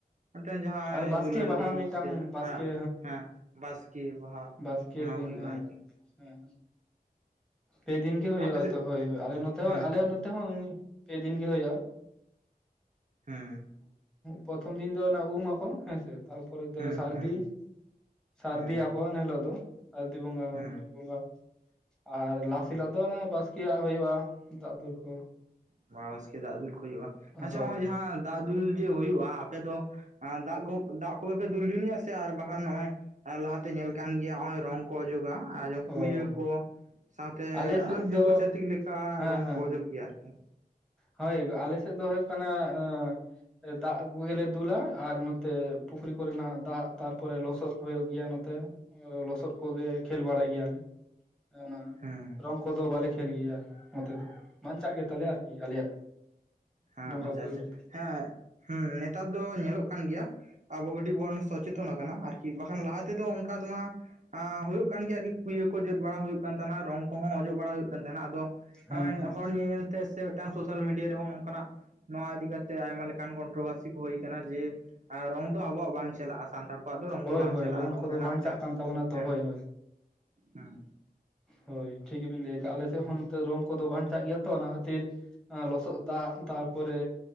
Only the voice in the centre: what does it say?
ᱟᱨ ᱵᱟᱥᱠᱮ
ᱵᱟᱦᱟ ᱢᱤᱫᱴᱟᱝ
ᱵᱟᱥᱠᱮ
ᱵᱟᱥᱠᱮ
ᱫᱤᱱ
ᱦᱮᱸ
ᱦᱮᱸ, ᱯᱮ ᱫᱤᱱ ᱜᱮ ᱦᱳᱭᱳᱜ-ᱟ
ᱛᱚ ᱦᱳᱭ ᱟᱞᱮ ᱱᱚᱛᱮ
ᱦᱚᱸ ᱟᱞᱮ ᱛᱮ ᱦᱚᱸ ᱯᱮ ᱫᱤᱱ ᱜᱮ ᱦᱳᱭᱳᱜ-ᱟ᱾
ᱯᱨᱚᱛᱷᱚᱢ ᱫᱤᱱ ᱫᱚ ᱚᱱᱟ ᱩᱢᱟᱠᱚ ᱦᱮᱸ ᱥᱮ ᱛᱟᱨᱯᱚᱨ ᱫᱚ
ᱥᱟᱨᱫᱤ᱾
ᱥᱟᱹᱨᱫᱤᱭᱟᱠᱚ
ᱮᱱ ᱦᱤᱞᱳᱜ ᱫᱚ ᱥᱟᱹᱨᱫᱤ ᱵᱚᱸᱜᱟ
ᱢᱟᱱᱮ ᱵᱚᱸᱜᱟ᱾ ᱟᱨ ᱞᱟᱥ
ᱦᱤᱞᱳᱜ ᱫᱚ ᱚᱱᱮ ᱵᱟᱥᱠᱮᱭᱟᱜ ᱦᱳᱭᱳᱜ-ᱟ ᱫᱟᱜ ᱫᱩᱞ ᱠᱚ᱾
ᱦᱳᱭ
ᱦᱳᱭ
ᱚ
ᱟᱞᱮ ᱥᱮᱫ
ᱫᱚ
ᱦᱮᱸ
ᱦᱮᱸ
ᱦᱳᱭ ᱟᱞᱮ ᱥᱮᱫ ᱫᱚ ᱦᱳᱭᱳᱜ ᱠᱟᱱᱟ᱾ ᱫᱟᱜ ᱠᱚᱜᱮᱞᱮ ᱫᱩᱞᱟ ᱟᱨ ᱱᱚᱛᱮ ᱯᱩᱠᱷᱨᱤ ᱠᱚᱨᱮᱱᱟᱜ ᱫᱟᱜ ᱛᱟᱨᱯᱚᱨᱮ ᱞᱚᱥᱚᱫ ᱦᱳᱭᱳᱜ ᱜᱮᱭᱟ ᱱᱚᱛᱮ᱾ ᱟᱨ ᱞᱚᱥᱚᱫ ᱠᱚᱜᱮ ᱠᱷᱮᱞ ᱵᱟᱲᱟᱭ ᱜᱮᱭᱟᱞᱮ᱾ ᱟᱱᱟ
ᱨᱚᱝ ᱠᱚᱫᱚ ᱵᱟᱞᱮ ᱠᱷᱮᱞ ᱜᱮᱭᱟ ᱱᱚᱛᱮ ᱫᱚ ᱵᱟᱧᱪᱟᱜ ᱜᱮᱛᱟᱞᱮᱭᱟ ᱟᱨᱠᱤ ᱟᱞᱮᱭᱟᱜ᱾
ᱵᱚᱸᱜᱟ
ᱵᱩᱨᱩ
ᱨᱮᱫᱚ
ᱦᱮᱸ ᱦᱮᱸ
ᱦᱳᱭ
ᱦᱳᱭ
ᱠᱚᱫᱚ
ᱵᱟᱧᱪᱟᱜ
ᱠᱟᱱ ᱛᱟᱵᱚᱱᱟ ᱛᱚ
ᱦᱳᱭ ᱦᱳᱭ᱾
ᱦᱳᱭ ᱴᱷᱤᱠ ᱜᱮᱵᱤᱱ ᱞᱟᱹᱭ ᱟᱠᱟᱜ, ᱟᱞᱮ ᱥᱮᱫ ᱦᱚᱸ ᱱᱚᱛ ᱨᱚᱝ ᱠᱚᱫᱚ ᱵᱟᱝ ᱪᱟᱜ ᱜᱮᱭᱟ ᱛᱚ ᱚᱱᱟ ᱠᱷᱟᱹᱛᱤᱨ ᱞᱚᱥᱚᱫ ᱫᱟᱜ ᱛᱟᱨᱯᱚᱨᱮ